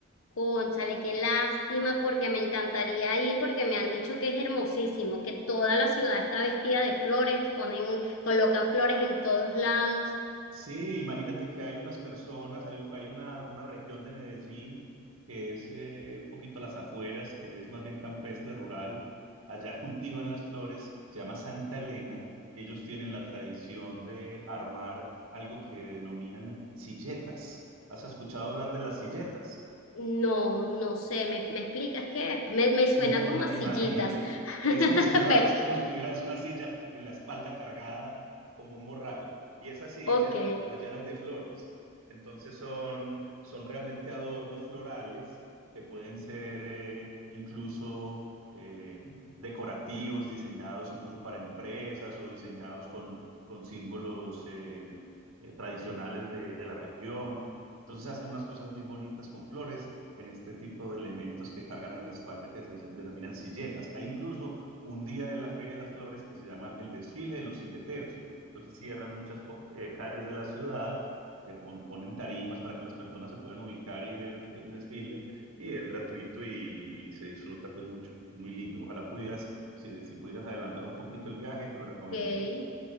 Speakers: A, on the left (about 75°); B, on the right (about 75°).
A: cónchale, qué lástima, porque me encantaría ir, porque me han dicho que es hermosísimo, que toda la ciudad está vestida de flores, ponen, colocan flores en todos lados.
B: Sí, imagínate que hay unas personas, hay, hay una, una región de Medellín que es eh, un poquito a las afueras, que es más bien campestre, rural. Allá cultivan las flores, se llama Santa Elena. Ellos tienen la tradición de armar algo que denominan silletas. ¿Has escuchado hablar de las silletas?
A: No, no sé, ¿me, me explicas qué? Me, me suena
B: Una,
A: como
B: una,
A: a
B: imagínate,
A: sillitas, <laughs>
B: es como si fuera,
A: pero
B: es como si tuvieras una silla en la espalda cargada como un morral y esa silla
A: ok,
B: la llenan de flores. Entonces son, son realmente adornos florales que pueden ser eh, incluso eh, decorativos, diseñados incluso para empresas o diseñados con, con símbolos eh, eh, tradicionales de, de la región. Entonces hacen unas cosas muy bonitas con flores en este tipo de elementos que cargan en la espalda que se denominan silletas. Hay incluso un día de la Feria de las Flores que se llama el desfile de los silleteros. Entonces cierran muchas fo- eh, calles de la ciudad, se pon- ponen tarimas para que las personas se puedan ubicar y ver el, el desfile y es gratuito y, y se disfruta pues mucho. Es muy lindo. Ojalá pudieras, si, si pudieras adelantar un poquito el viaje, te lo recomendaría.
A: ok,